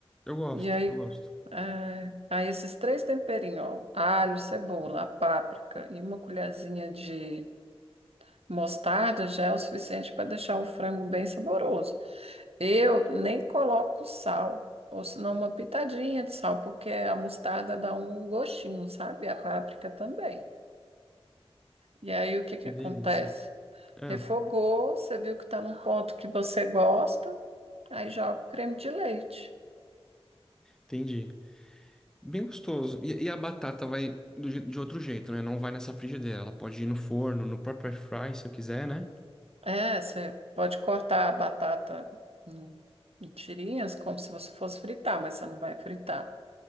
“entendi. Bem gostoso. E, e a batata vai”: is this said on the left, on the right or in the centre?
Centre